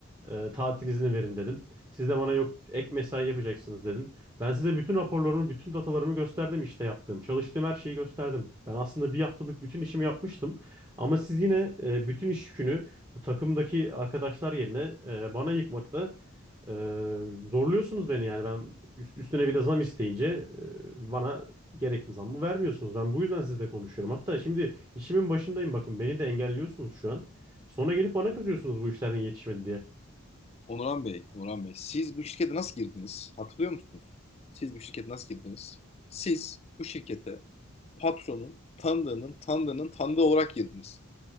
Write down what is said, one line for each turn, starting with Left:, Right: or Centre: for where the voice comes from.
Right: e, tatil izni verin dedim. Siz de bana yok ek mesai yapacaksınız dedin. Ben size bütün raporlarımı, bütün datalarımı gösterdim işte yaptığım. Çalıştığım her şeyi gösterdim. Ben aslında bir haftalık bütün işimi yapmıştım. Ama siz yine e, bütün iş yükünü bu takımdaki arkadaşlar yerine e, bana yıkmakla e, zorluyorsunuz beni yani. Ben üst, üstüne bir de zam isteyince e, bana gerekli zammı vermiyorsunuz. Ben bu yüzden sizle konuşuyorum. Hatta şimdi işimin başındayım bakın beni de engelliyorsunuz şu an. Sonra gelip bana kızıyorsunuz bu işlerin yetişmedi diye.
Left: Onuran Bey, Onuran Bey, siz bu şirkete nasıl girdiniz? Hatırlıyor musunuz? Siz bu şirkete nasıl girdiniz? Siz bu şirkete patronun tanıdığının tanıdığının tanıdığı olarak girdiniz.